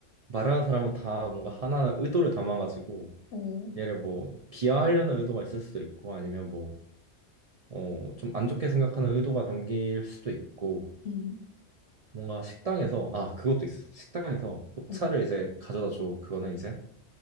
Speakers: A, on the right; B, on the left.
A: 말하는 사람은 다 뭔가 하나하나 의도를 담아가지고
B: 어.
A: 얘를 뭐 비하하려는 의도가 있을 수도 있고 아니면 뭐 어 좀 안 좋게 생각하는 의도가 담길 수도 있고
B: 음.
A: 뭔가 식당에서 아 그것도 있어. 식당에서 녹차를
B: 어.
A: 이제 가져다 줘. 그거는 이제